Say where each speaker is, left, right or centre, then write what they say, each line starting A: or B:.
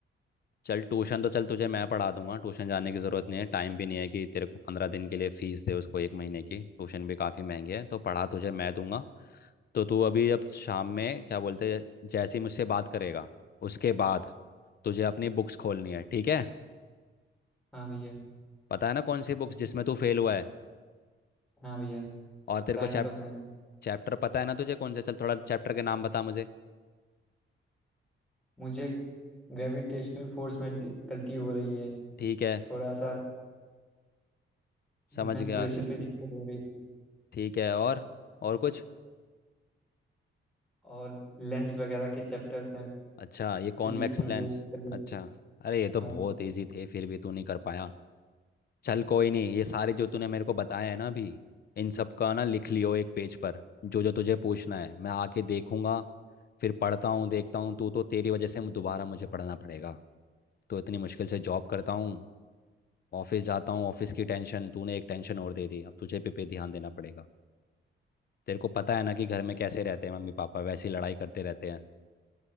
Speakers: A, on the left (about 50°); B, in the centre.
A: चल ट्यूशन तो चल तुझे मैं पढ़ा दूंगा ट्यूशन जाने की ज़रूरत नहीं है टाइम भी नहीं है कि तेरे को पंद्रह दिन के लिए फीस दे उसको एक महीने की ट्यूशन भी काफ़ी महंगी है तो पढ़ा तुझे मैं दूंगा तो तू अभी अब शाम में क्या बोलते हैं जैसे ही मुझसे बात करेगा उसके बाद तुझे अपनी बुक्स खोलनी है ठीक है
B: हाँ भैया
A: पता है ना कौन सी बुक्स जिसमें तू फेल हुआ है
B: हाँ भैया
A: और तेरे
B: साइंस
A: को चैप
B: और मैथ
A: चैप्टर पता है ना तुझे कौन सा चल थोड़ा चैप्टर के नाम बता मुझे
B: मुझे ग्रेविटेशनल फोर्स में डिफिकल्टी हो रही है
A: ठीक है
B: थोड़ा सा
A: समझ
B: मेंसुरेशन
A: गया
B: में दिक्कत हो रही थी
A: ठीक है और और कुछ
B: और लेंस वगैरह के चैप्टर्स हैं
A: अच्छा ये कॉन्वेक्स
B: फिजिक्स में वो
A: लेंस
B: दिक्कत हो
A: अच्छा
B: रही
A: अरे ये तो बहुत
B: हाँ
A: इजी थे फिर भी तू नहीं कर पाया चल कोई नहीं ये सारे जो तूने मेरे को बताया है ना अभी इन सब का ना लिख लियो एक पेज पर जो जो तुझे पूछना है मैं आके देखूंगा फिर पढ़ता हूँ देखता हूँ तू तो तेरी वजह से मु- दोबारा मुझे पढ़ना पड़ेगा तो इतनी मुश्किल से जॉब करता हूँ ऑफिस जाता हूँ ऑफिस की टेंशन तूने एक टेंशन और दे दी अब तुझे पे पे ध्यान देना पड़ेगा तेरे को पता है ना कि घर में कैसे रहते हैं मम्मी पापा वैसी लड़ाई करते रहते हैं